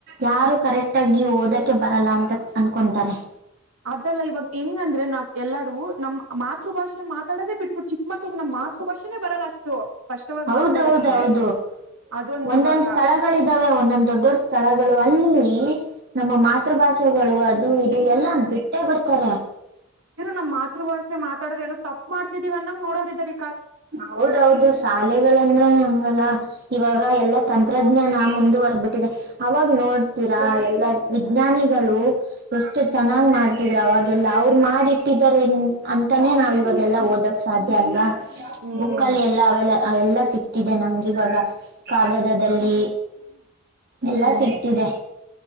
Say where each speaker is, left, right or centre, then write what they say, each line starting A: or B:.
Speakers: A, on the right (about 50°); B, on the right (about 85°).
A: ಯಾರು ಕರೆಕ್ಟ್ ಆಗಿ ಓದಕ್ಕೆ ಬರಲ್ಲ ಅಂತ ಅನ್ಕೊಂತಾರೆ
B: ಅದೆಲ್ಲ ಇವಾಗ ಹೆಂಗ ಅಂದ್ರೆ ನಾವ್ ಎಲ್ಲಾರೂ ನಮ್ಮ್ ಮಾತೃ ಭಾಷೆಲ್ ಮಾತಾಡದೆೇ ಬಿಟ್ಬಿಟ್ಟ ಚಿಕ್ಕ ಮಕ್ಳ ನಮ್ಮ ಮಾತೃಭಾಷೆನೇ ಬರಲ್ಲ ಅಷ್ಟು ಸ್ಪಷ್ಟವಾಗಿ
A: ಹೌದೌದೌದು
B: ಮಾತಾಡಕ್ಕೆ ಅದೊಂದ
A: ಒಂದೊಂದ್
B: ಇವಾಗ
A: ಸ್ಥಳಗಳಿದಾವೆ ಒಂದೊಂದ್ ದೊಡ್ಡ ದೊಡ್ ಸ್ಥಳಗಳು ಅಲ್ಲಿ ನಮ್ಮ ಮಾತೃಭಾಷೆಗಳು ಅದು ಇದು ಎಲ್ಲಾ ಬಿಟ್ಟೇ ಬಿಡ್ತಾರೆ
B: ಇರೋ ನಮ್ಮ್ ಮಾತೃ ಭಾಷೆ ಮಾತಾಡ್ರ ಏನೋ ತಪ್ಪ ಮಾಡತಿದೀವ ಅನ್ನಂಗ ನೋಡೋರ್ ಇದಗ
A: ಹೌದೌದು ಶಾಲೆಗಳಂದ್ರೆ ಹಂಗಲ್ಲ ಇವಾಗ ಎಲ್ಲಾ ತಂ ತಂತ್ರಜ್ಞಾನ ಮುಂದುವರ್ದ್ಬಿಟ್ಟಿದೆ ಅವಾಗ ನೋಡ್ತೀರಾ ಎಲ್ಲ ವಿಜ್ಞಾನಿಗಳು ಎಷ್ಟು ಚೆನ್ನಾಗ್ ಮಾಡ್ತಿದ್ರು ಅವಾಗ ಎಲ್ಲ ಅವ್ರು ಮಾಡಿಟ್ಟಿದ್ದಾರೆ ಅಂತಾನೇ ನಾವ್ ಇವಾಗೆಲ್ಲ ಓದಕ್ ಸಾಧ್ಯ ಅಲ್ವಾ
B: ಹ್ಮ್
A: ಬುಕ್ಲ್ಲಿ ಎಲ್ಲ ಅವೆಲ್ಲ ಎಲ್ಲ ಸಿಕ್ತಿದೆ ನಮ್ಗೆ ಇವಾಗ ಕಾಗದದಲ್ಲಿ
B: ಹ್ಮ್
A: ಎಲ್ಲ
B: ಹ್ಮ್
A: ಸಿಗ್ತಿದೆ